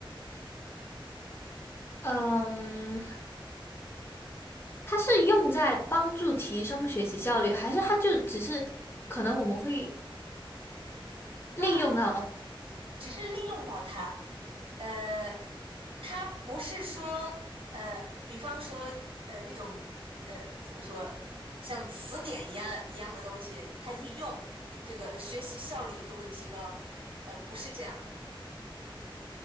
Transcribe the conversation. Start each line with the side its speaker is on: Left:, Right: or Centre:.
Left: 嗯，它是用在帮助提升学习效率，还是它就只是可能我们会利用到？
Right: 当然只是利用到它，呃，它不是说，呃，比方说，呃，那种，呃，怎么说，像词典一样一样的东西，它一用，这个学习效率就会提高，呃，不是这样的，